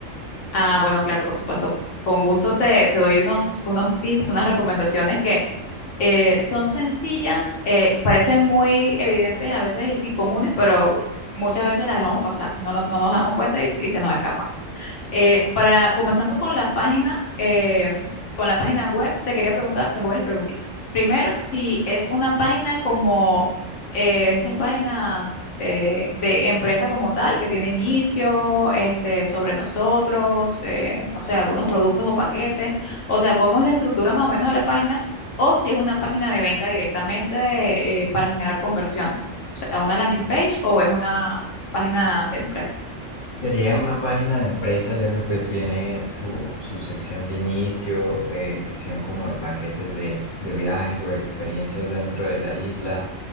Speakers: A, on the left; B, on the left.
A: Ah, bueno, claro, por supuesto. Con gusto te, te doy unos, unos tips, unas recomendaciones que eh, son sencillas, eh, parecen muy evidentes a veces y, y comunes, pero muchas veces las dejamos pasar. No, lo- no nos damos cuenta y, y se nos escapan. Eh, para, comenzando con la página, eh, con la página web, te quería preguntar, tengo varias preguntitas. Primero, si es una página como eh, estas páginas eh, de empresa como tal, que tiene inicio, este, sobre nosotros, eh, no sé, algunos productos o paquetes, o sea, cómo es la estructura más o menos de la página, o si es una página de venta directamente eh, para generar conversiones, o sea, una landing page o es una página de empresa.
B: Sería una página de empresa ya que pues tiene su, su sección de inicio, eh, sección como de paquetes de, de viajes o experiencias dentro de la isla,